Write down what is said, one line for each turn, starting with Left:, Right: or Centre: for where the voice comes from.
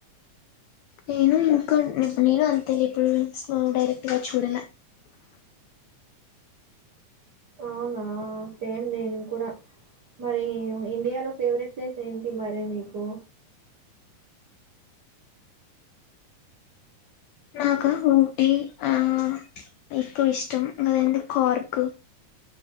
Left: నేను ఇంకా నేను అంతే ఎప్పుడు స్లో డైరెక్ట్ గా చూడాల
Right: అవునా సేమ్ నేను కూడా మరి ఇండియాలో ఫేవరెట్ ప్లేస్ ఏంటి మరి నీకు
Left: నాకా ఊటి ఆ ఎక్కువ ఇష్టం అందే కార్క్